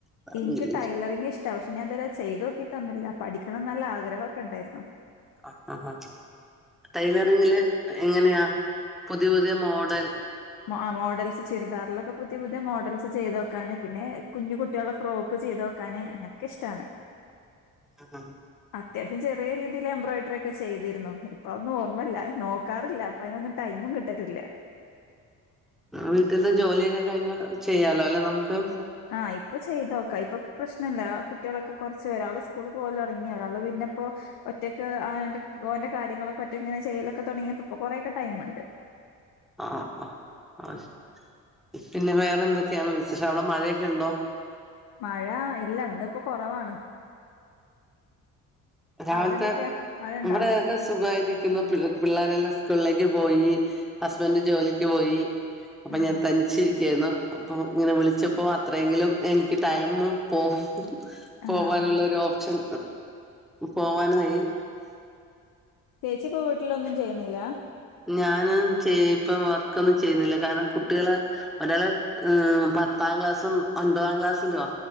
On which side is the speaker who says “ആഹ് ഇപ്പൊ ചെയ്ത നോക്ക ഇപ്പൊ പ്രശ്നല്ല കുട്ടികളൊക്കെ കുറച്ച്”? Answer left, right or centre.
Left